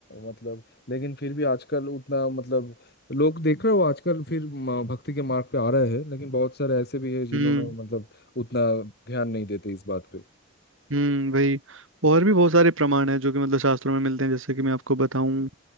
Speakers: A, on the left; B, on the right.
A: मतलब लेकिन फिर भी आजकल उतना मतलब लोग देख रहे हो आजकल फिर म- भक्ति के मार्ग पे आ रहे हैं लेकिन बहुत सारे ऐसे भी है जिन्होंने
B: हम्म
A: मतलब उतना ध्यान नहीं देते इस बात पे
B: हम्म वही और भी बहुत सारे प्रमाण हैं जो कि मतलब शास्त्रों में मिलते हैं जैसे कि मैं आपको बताऊं